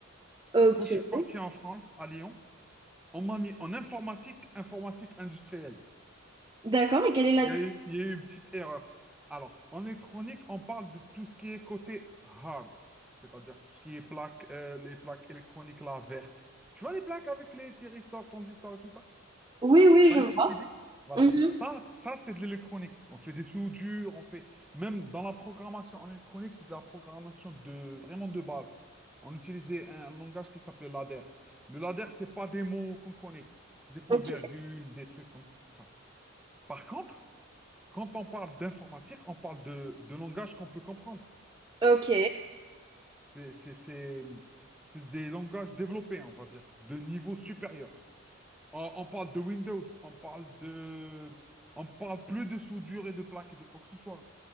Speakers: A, on the right; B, in the centre.
A: Ok.
B: Et quand je suis parti en France, à Lyon, on m'a mis en informatique, informatique, industrielle.
A: D'accord, et quelle est la
B: Il
A: différence?
B: y a eu, il y a eu une petite erreur. Alors, en électronique, on parle de tout ce qui est côté hard, c'est-à-dire tout ce qui est plaques, euh, les plaques électroniques là, vertes. Tu vois les plaques avec les thyristors, transistors et tout ça?
A: Oui, oui,
B: T'as
A: je
B: une
A: vois.
B: petite idée? Voilà.
A: Mhm.
B: Ça, ça c'est de l'électronique. On fait des tuyaux durs, on fait... Même dans la programmation en électronique, c'est de la programmation de... vraiment de base. On utilisait un langage qui s'appelait ladder. Le ladder, c'est pas des mots qu'on connaît. C'est des points-virgules,
A: Ok,
B: des trucs comme ça. Par contre, quand on parle d'informatique, on parle de, de langage qu'on peut comprendre.
A: ok,
B: C'est c'est- c'est- c'est des langages développés, on va dire, de niveau supérieur. On, on parle de Windows, on parle de... On parle plus de soudure et de plaques et de quoi que ce soit.